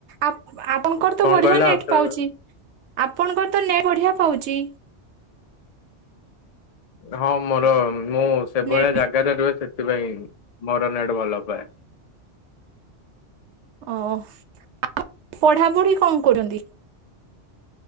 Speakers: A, on the right; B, on the left.
A: ଆପଣଙ୍କର ତ
B: କଣ
A: ବଢିଆ
B: କହିଲେ
A: ନେଟ୍
B: ଆଉଥରେ
A: ପାଉଚି ଆପଣଙ୍କର ତ ନେଟ୍ ବଢିଆ ପାଉଚି।
B: ହଁ ମୋର ମୁଁ ସେଭଳିଆ
A: ନେଟ୍
B: ଜାଗାରେ ରୁହେ ସେଥିପାଇଁ ମୋର ନେଟ୍ ଭଲ ପାଏ।
A: ଓ-ଓ <inaudible> ପଢାପଢି କଣ କରନ୍ତି?